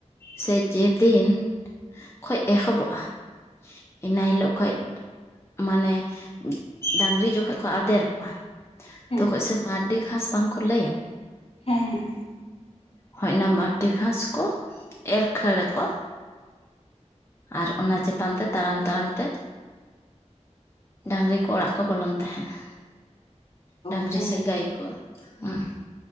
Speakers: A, on the left; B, on the left.
A: ᱥᱮ ᱡᱮ ᱫᱤᱱ ᱠᱷᱚᱡ ᱮᱦᱚᱵᱚᱜ-ᱟ ᱤᱱᱟᱹ ᱦᱤᱞᱳᱜ ᱠᱷᱚᱡ ᱢᱟᱱᱮ ᱰᱟᱹᱝᱨᱤ ᱡᱚᱸ ᱠᱷᱚᱡ ᱠᱚ ᱟᱫᱮᱨ ᱠᱚᱣᱟ,
B: ᱦᱮᱸ
A: ᱛᱚᱠᱷᱚᱡ ᱥᱮ ᱢᱟᱹᱨᱰᱤ ᱜᱷᱟᱸᱥ ᱵᱟᱝ ᱠᱚ ᱞᱟᱹᱭᱟ᱾
B: ᱦᱮᱸ ᱦᱮᱸ
A: ᱦᱚᱡ ᱱᱟ ᱢᱟᱹᱨᱰᱤ ᱜᱷᱟᱸᱥ ᱠᱚ ᱮᱨ ᱠᱷᱟᱹᱲ ᱟᱠᱚ᱾ ᱟᱨ ᱚᱱᱟ ᱪᱮᱛᱟᱱ ᱛᱮ ᱛᱟᱲᱟᱢ ᱛᱟᱲᱟᱢ ᱛᱮ ᱰᱟᱹᱝᱨᱤ ᱠᱚ ᱚᱲᱟᱜ ᱠᱚ ᱵᱚᱞᱚᱱ ᱛᱟᱦᱮᱱᱟ
B: ᱚ
A: ᱰᱟᱹᱝᱨᱤ
B: ᱦᱮᱸ
A: ᱥᱮ ᱜᱟᱹᱭ᱾ ᱠᱚ ᱩᱸ